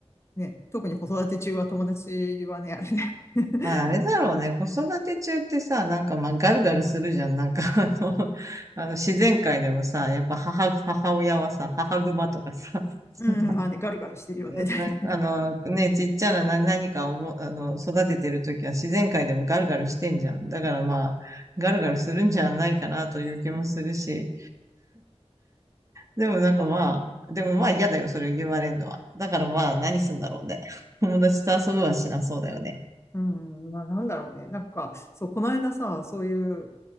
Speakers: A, on the left; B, on the right.
A: ね、特に子育て中は友達はね、あれね、<laughs>
B: あ、あれだろうね。子育て中ってさ、なんかまあガルガルするじゃん。なんか <laughs> あの、あの自然界でもさ、やっぱ母、母親はさ、母熊とかさ、
A: うん、
B: なんか
A: まあね、ガルガルしてるよね、
B: うんなんかあの、
A: 大体
B: ね、ちっちゃな何何かをも、あの、育ててるときは自然界でもガルガルしてんじゃん。だからまあ、ガルガルするんじゃないかなという気もするし。でもなんかまあ、でもまあ嫌だよ、それを言われるのは。だからまあ、何すんだろうね。<laughs> 友達と遊ぶはしなそうだよね。
A: うん、まあなんだろうね。なんか、そう、この間さ、そういう、